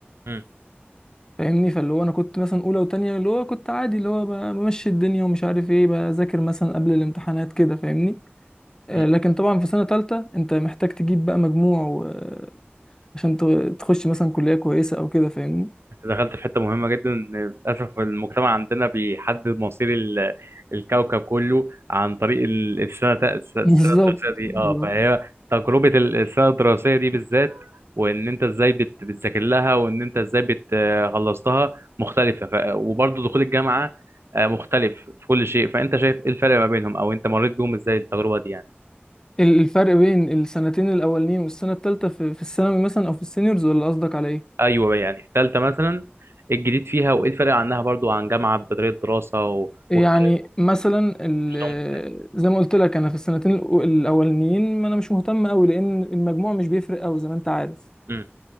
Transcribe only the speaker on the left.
فاهمني فاللي هو انا كنت مثلا اولى وتانية اللي هو كنت عادي اللي هو ب- بمشي الدنيا ومش عارف ايه بذاكر مثلا قبل الامتحانات كده فاهمني آه
لكن طبعا في سنه تالتة انت محتاج تجيب بقى مجموع و... عشان ت- تخش مثلا كليه كويسه او كده فاهمني
بالظبط
بالظبط
ال- الفرق بين السنتين الاولانيين والسنه الثالثه في في الثانوي مثلا او في السينيورز ولا قصدك على ايه
يعني
مثلا ال-
زي ما قلت لك انا في السنتين الأو- الاولانيين ما انا مش مهتم قوي لان المجموع مش بيفرق قوي زي ما انت عارف